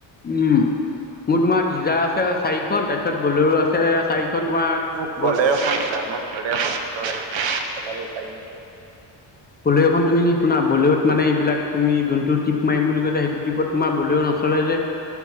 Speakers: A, on the left; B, on the right.
A: উম মোৰ তোমাৰ ডিজাৰ আছে চাৰিখন তাৰপিছত বলেৰু আছে চাৰিখন তোমাৰ
B: মোক বলেৰ' এখন দিবা মই বলেৰ' খন ভাল লাগে, চলাব পাৰিম।
A: বলেৰুখন তুমি শুনা, বলেৰু মানে এইবিলাক তুমি যোনটো টিপ মাৰিম বুলি কৈছা সেইটো ট্ৰিপত তোমাৰ বলেৰু নচলে যে।